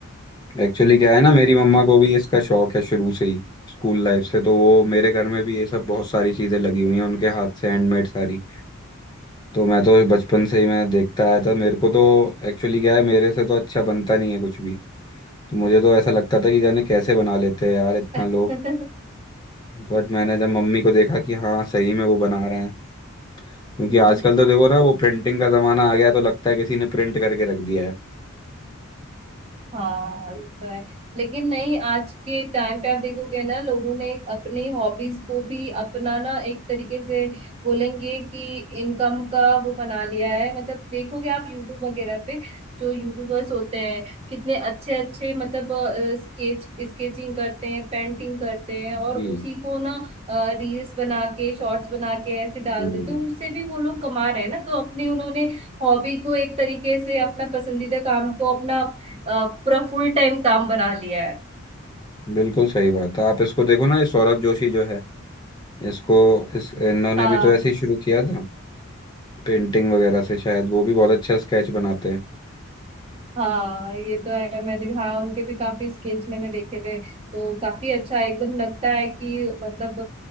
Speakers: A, on the left; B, on the right.
A: एक्चुअली क्या है ना मेरी मम्मा को भी इसका शौक है शुरू से ही स्कूल लाइफ से तो वो मेरे घर में भी ये सब बहुत सारी चीजें लगी हुई हैं उनके हाथ से हैंडमेड सारी तो मैं तो बचपन से ही मैं देखता आया था मेरे को तो एक्चुअली क्या है मेरे से तो अच्छा बनता नहीं है कुछ भी तो मुझे तो ऐसा लगता था कि जाने कैसे बना लेते हैं यार इतना लोग
B: <laughs>
A: बट मैंने जब मम्मी को देखा कि हाँ सही में वो बना रहे हैं क्योंकि
B: हम्म,
A: आजकल तो देखो ना वो प्रिंटिंग का जमाना आ गया तो लगता है किसी ने प्रिंट करके रख दिया है
B: हाँ ये तो है लेकिन नहीं आज के टाइम पे आप देखोगे ना लोगों ने अपनी हॉबीज को भी अपनाना एक तरीके से बोलेंगे कि इनकम का वो बना लिया है मतलब देखोगे आप यूट्यूब वगैरह पे जो यूट्यूबर्स होते हैं कितने अच्छे अच्छे मतलब स्केच स्केचिंग करते हैं पेंटिंग करते हैं और
A: जी
B: उसी को ना रील्स बना के शॉर्ट्स बना के ऐसे डाल
A: हम्म,
B: देते हैं उससे भी वो लोग कमा रहे हैं ना तो अपने उन्होंने हॉबी को एक तरीके से अपना पसंदीदा काम को अपना अ, पूरा फुल टाइम काम बना लिया है
A: बिल्कुल सही बात है आप इसको देखो ना ये सौरभ जोशी जो है इसको इस इन्होंने
B: हाँ
A: भी तो ऐसे ही शुरू किया था पेंटिंग वगैरह से शायद वो भी बहुत अच्छा स्केच बनाते हैं
B: हाँ ये तो है मैंने हाँ उनके भी काफी स्केच मैंने देखे थे तो काफी अच्छा एकदम लगता है कि मतलब